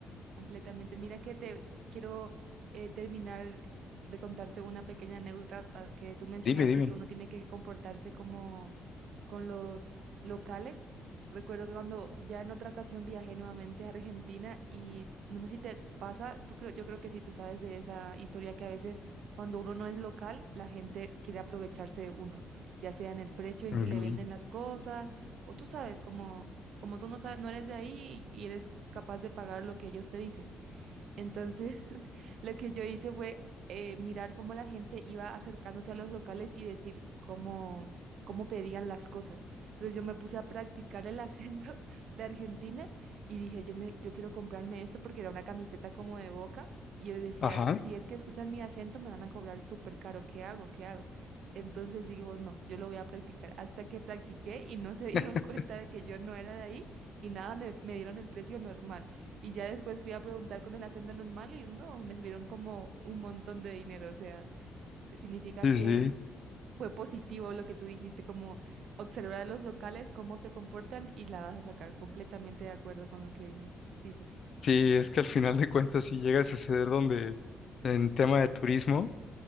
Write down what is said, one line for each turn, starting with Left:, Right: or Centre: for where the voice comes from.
Right: Completamente. Mira que te quiero eh, terminar de contarte una pequeña anécdota ah, que tú mencionaste
Left: dime, dime.
Right: que uno tiene que comportarse como con los locales. Recuerdo que cuando ya en otra ocasión viajé nuevamente a Argentina y no sé si te pasa, tú creo, yo creo que sí, tú sabes de esa historia que a veces cuando uno no es local, la gente quiere aprovecharse de uno, ya sea en el precio en
Left: Ujú,
Right: que
Left: ujú.
Right: le venden las cosas o tú sabes, como, como tú no sabes, no eres de ahí y, y eres capaz de pagar lo que ellos te dicen. Entonces, <laughs> lo que yo hice fue eh, mirar cómo la gente iba acercándose a los locales y decir cómo, cómo pedían las cosas. Entonces, yo me puse a practicar el acento <laughs> de Argentina y dije, yo, ne- yo quiero comprarme esto porque era una camiseta como de Boca. Y yo decía,
Left: Ajá,
Right: si es que escuchan mi acento, me van a cobrar súper caro. ¿Qué hago? ¿Qué hago? Entonces digo, no, yo lo voy a practicar. Hasta que practiqué y no se dieron
Left: <laughs>
Right: <laughs> cuenta de que yo no era de ahí y nada, me, me dieron el precio normal. Y ya después fui a preguntar con el acento normal y no, me subieron como un montón de dinero. O sea, significa
Left: sí,
Right: que
Left: sí.
Right: fue positivo lo que tú dijiste, como observar a los locales, cómo se comportan y la vas a sacar completamente de acuerdo con lo que dije, dices.
Left: Sí, es que al final de cuentas sí llega a suceder donde en tema de turismo